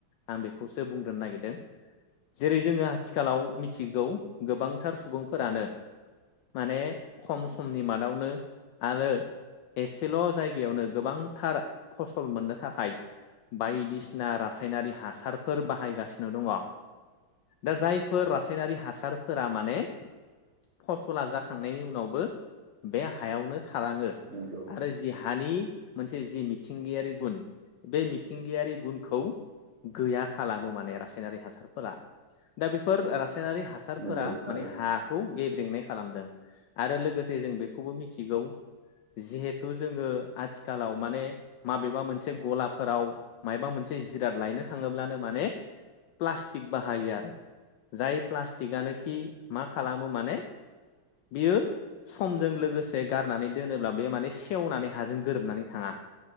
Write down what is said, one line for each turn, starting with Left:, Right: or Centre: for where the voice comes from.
Left: आं बेखौसो बुंग्रोनो नागिरदों। जेरै जोङो आथिखालाव मिथिगौ गोबांथार सुबुंफोरानो माने खम समनि मादावनो आरो एसेल' जायगायावनो गोबांथार फसल मोननो थाखाय बायदिसिना रासायनारि हासारफोर बाहायगासिनो दङ। दा जायफोर रासायनारि हासारफोरा माने फसला जाखांनायनि उनावबो बे हायावनो थालाङो
Right: नोंगौ
Left: आरो जि हानि मोनसे जि मिथिंगायारि गुन बे मिथिंगायारि गुनखौ गैया खालामो माने रासायनारि हासारफोरा। दा बेफोर रासायनारि हासारफोरा
Right: नंगौ थारैनो
Left: माने हा खौ गेब्रेेंनाय खालामदों आरो लोगोसे जों बेखौबो मिथिगौ जिहेथु जोङो आथिखालाव माने माबेबा मोनसे गलाफोराव मायबा मोनसे जिराद लायनो थाङोब्लानो माने प्लास्टिक बाहायो आरो जाय प्लास्टिक आनोखि मा खालामो माने बियो समजों लोगोसे गारनानै दोनोब्ला बे माने सेवनानै हाजों गोरोबनानै थाङा।